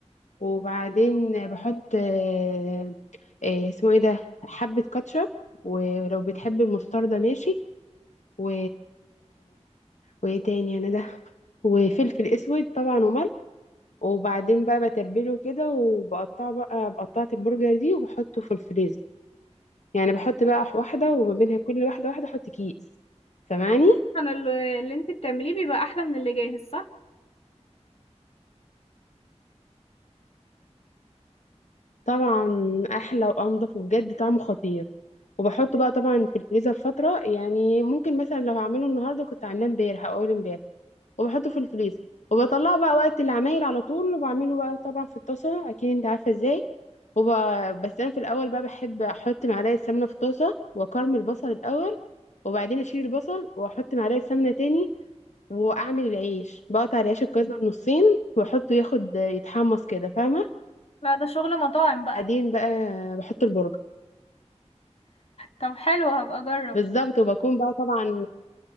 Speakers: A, on the left; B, on the left.
A: وبعدين بحط آه، آه، اسمه ايه ده حبة كاتشب ولو بتحب المستردة ماشي و وايه تاني انا ده وفلفل اسود طبعا وملح وبعدين بقى بتبله كده وبقطعه بقى بقطعت البرجر دي وبحطه في الفريزر يعني بحط بقى واحدة وما بينها كل واحدة واحدة احط كيس سامعني
B: انا الل- اللي انت بتعمليه بيبقى احلى من اللي جاهز صح
A: طبعا احلى وانضف وبجد طعمه خطير وبحطه بقى طبعا في الفريزر فترة يعني ممكن مثلا لو هعمله النهاردة كنت عاملاه امبارح او اول امبارح وبحطه في الفريزر وبطلعه بقى وقت العمايل على طول وبعمله بقى طبعا في الطاسة اكيد انت عارفة ازاي وب... بس انا في الاول بقى بحب احط معلقة سمنة في الطاسة واكرمل البصل الاول وبعدين اشيل البصل واحط معلقة سمنة تاني واعمل العيش بقطع العيش الكايزر نصين واحطه ياخد يتحمص كده فاهمة
B: لا ده شغل مطاعم بقى
A: بعدين بقى بحط البرجر
B: طب حلو هبقى اجرب
A: بالظبط وبكون بقى طبعا